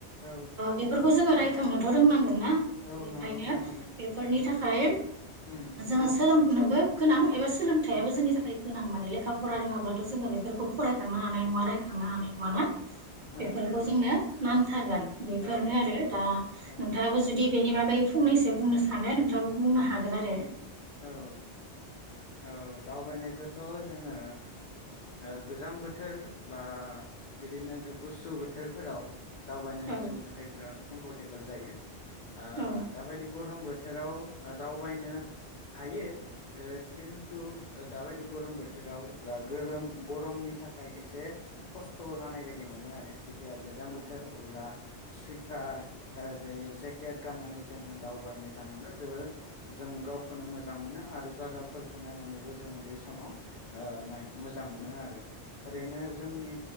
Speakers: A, on the left; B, on the right.
A: औ
B: बेफोरखौ जोङो रायखांनोथ' रोंनांगोन ना।
A: औ
B: बेखायनो
A: नंगौ रोंनांगौ
B: बेफोरनि थाखा खाय
A: उम
B: जोङो सोलोंनो बो गोनां एबा सो सोलोंथाइयाबो
A: औ
B: जोंनि थाखाय गोनां माने लेखा फरा रोङाब्लाथ' जोङो बेफोरखौ फराय खांनो हानाय नङा रायखांनो हानाय नङा ना
A: ओहो
B: बेफोरखौ
A: हानाय नङा नोंथां
B: जोंनो नांथारगोन बेफोरनो
A: औ
B: आरो
A: औ
B: नोंथाङाबो जुदि बेनि बागै फंनैसो बुंनो सानो आरो नोंथाङाबो बुंनो हागोन आरो।
A: औ औ दावबायनायखौथ' जोङो ओ गोजां बोथोर बा बिदिनो गुसु बोथोरफोराव दावबायनाया
B: औ
A: जोंनि थाखाय बिराद कमफरटेबोल जायो। ओ
B: औ
A: दाबायदि गरम बोथोराव दावबायनो हायो ओ खिन्थु दाबायदि गरम बोथोराव गरोम गरमनि थाखाय एसे खस्थ' जानाय बायदि मोनो आरो जिथिया गोजां
B: औ
A: बोथोर अब्ला सुइटार ओरै जेकेट गाननानै जोङो दावबायनो थाङोब्ला जबोर जों गावखौ खौनो मोजां मोनो आरो जागाफोरखौ नायनानैबो जोङो बै समाव ओ नाय मोजां मोनो आरो। ओरैनो जोंनि